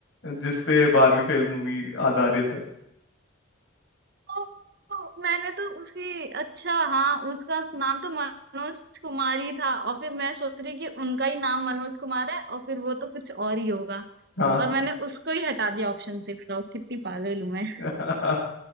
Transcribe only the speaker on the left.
जिसपे बारहवीं फेल मूवी आधारित है
हाँ
<laughs>